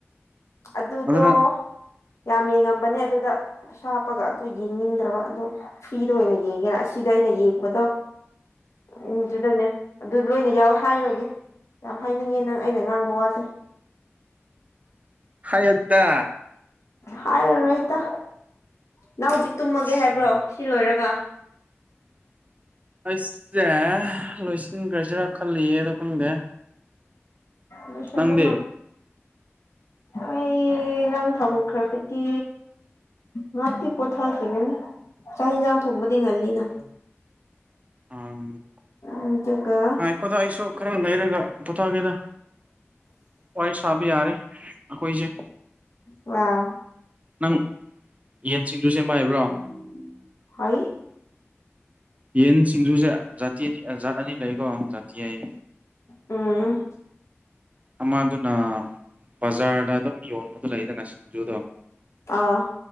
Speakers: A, on the left; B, on the right.
A: ꯑꯗꯨꯗꯣ
B: ꯑꯗꯨꯅ
A: ꯌꯥꯝ ꯌꯦꯡꯉꯝꯕꯅꯦ ꯑꯗꯨꯗ ꯄꯩꯁꯥ ꯍꯥꯞꯄꯒ ꯑꯗꯨ ꯌꯦꯡꯅꯤꯡꯗ꯭ꯔꯕ ꯑꯗꯣ ꯐꯔ꯭ꯤꯗ ꯑꯣꯏꯅ ꯌꯦꯡꯒꯦꯅ ꯑꯁꯤꯗ ꯑꯩꯅ ꯌꯦꯡꯕꯗꯣ ꯎꯝ ꯗꯨꯗꯅꯦ ꯑꯗꯨ ꯂꯣꯏꯅ ꯌꯥꯎꯋꯦ ꯍꯥꯏꯔꯣꯏꯒꯦ ꯌꯥꯝ ꯍꯥꯏꯅꯤꯡꯉꯦ ꯅꯪ ꯑꯩꯅ ꯉꯥꯡꯕ ꯋꯥꯁꯦ
B: ꯍꯥꯏꯌꯣꯠꯗ
A: ꯍꯥꯏꯔꯔꯣꯏ ꯏꯇ ꯅꯪ ꯍꯧꯖꯤꯛ ꯇꯨꯝꯃꯒꯦ
B: ꯑꯠꯆꯥ
A: ꯍꯥꯏꯕ꯭ꯔꯣ ꯁꯤ ꯂꯣꯏꯔꯒ
B: ꯑꯩꯁꯦ ꯂꯣꯏꯁꯟ ꯏꯤꯡꯒꯔꯥꯖꯤꯔ ꯈꯜꯂꯤꯌꯦ ꯑꯗꯣ ꯈꯪꯗꯦ
A: ꯂꯣꯏꯁꯜꯂꯣꯅ
B: ꯅꯪꯗꯤ
A: ꯑꯩ ꯅꯪ ꯊꯝꯈ꯭ꯔꯒꯗꯤ ꯉꯥꯛꯇꯤ ꯄꯣꯊꯥꯈꯤꯒꯅꯤ ꯆꯥꯛ ꯍꯤꯟꯖꯥꯡ ꯊꯣꯡꯕꯗꯤ ꯉꯜꯂꯤꯅ
B: ꯑꯝ
A: ꯑꯗꯨꯒꯥ
B: ꯍꯨꯗꯥ ꯑꯩꯁꯨ ꯈꯔ ꯂꯩꯔꯒ ꯄꯣꯊꯥꯒꯦꯗ ꯑꯣꯏꯣꯏ ꯁꯕ ꯌꯥꯔꯦꯈꯣꯏꯁꯦ
A: ꯋꯥꯎ
B: ꯅꯪ ꯌꯦꯟꯁꯤꯡꯖꯨ ꯁꯦꯝꯕ ꯍꯩꯕ꯭ꯔꯣ
A: ꯎ ꯍ
B: ꯌꯦꯟ ꯁꯤꯡꯖꯨꯁꯦ ꯖꯥꯇꯤ ꯑꯅꯤ ꯖꯥꯠ ꯑꯅꯤ ꯂꯩꯀꯣ ꯖꯥꯇꯤ ꯍꯥꯏꯌꯦ
A: ꯎꯝ
B: ꯑꯃꯗꯨꯅ ꯕꯖꯥꯔꯗ ꯑꯗꯨꯝ ꯌꯣꯟꯕꯗꯣ ꯂꯩꯗꯅ ꯁꯤꯡꯖꯨꯗꯣ
A: ꯑꯥ